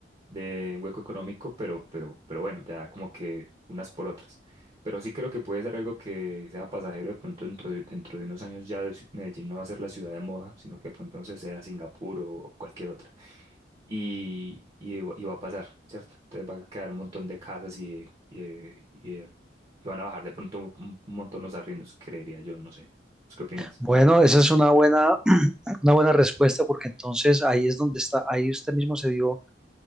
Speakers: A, on the right; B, in the centre.
A: de un hueco económico, pero, pero, pero bueno, ya como que unas por otras. Pero sí creo que puede ser algo que sea pasajero de pronto dentro de, dentro de unos años ya es- Medellín no va a ser la ciudad de moda, sino que de pronto se sea Singapur o cualquier otra. Y, y, va y va a pasar, ¿cierto? Entonces va a quedar un montón de casas y, de- y, de- y, de- y van a bajar de pronto un, un montón los arriendos, creería yo, no sé. ¿Pues ¿Qué opinas?
B: Bueno, esa es una buena, <clears throat> una buena respuesta, porque entonces ahí es donde está, ahí usted mismo se dio